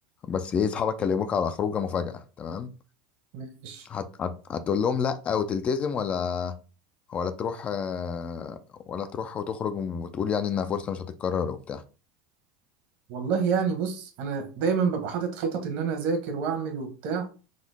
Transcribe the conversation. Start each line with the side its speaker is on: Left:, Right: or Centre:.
Left: بس ايه اصحابك كلموك على خروجه مفاجأة تمام
Right: ماشي
Left: هت... هت... هتقول لهم لا وتلتزم ولا ولا تروح آه، ولا تروح وتخرج وتقول يعني انها فرصة مش هتتكرر وبتاع
Right: والله يعني بص انا دايما ببقى حاطط خطط ان انا اذاكر واعمل وبتاع